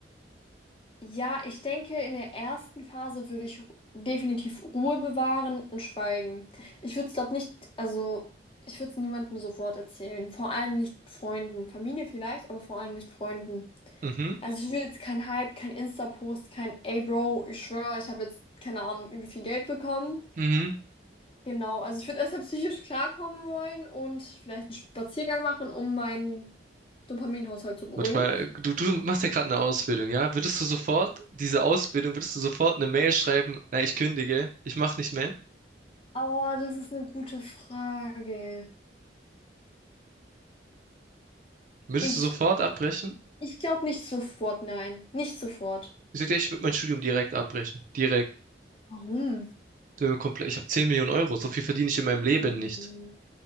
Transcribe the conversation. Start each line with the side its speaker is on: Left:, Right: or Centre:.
Left: ja, ich denke, in der ersten Phase würde ich definitiv Ruhe bewahren und schweigen. Ich würde es, glaube nicht, also ich würde es niemandem sofort erzählen. Vor allem nicht Freunden. Familie vielleicht, aber vor allem nicht Freunden.
Right: Mhm,
Left: Also ich will jetzt kein Hype, kein Insta-Post, kein Ey Bro, ich schwöre, ich habe jetzt, keine Ahnung, übel viel Geld bekommen.
Right: mhm.
Left: Genau, also ich würde erstmal psychisch klarkommen wollen und vielleicht einen Spaziergang machen, um meinen Dopaminhaushalt zu beruhigen.
Right: Manchmal, du, du machst ja gerade eine Ausbildung, ja? Würdest du sofort, diese Ausbildung, würdest du sofort eine Mail schreiben, na, ich kündige, ich mach nicht mehr?
Left: Oh, das ist eine gute Frage.
Right: Würdest
Left: Ich,
Right: du sofort abbrechen?
Left: ich glaube nicht sofort, nein. Nicht sofort.
Right: Ich sag dir, ich würde mein Studium direkt abbrechen. Direkt.
Left: Warum?
Right: Du mir komplett- Ich habe 10 Millionen Euro, so viel verdiene ich in meinem Leben
Left: Hm,
Right: nicht.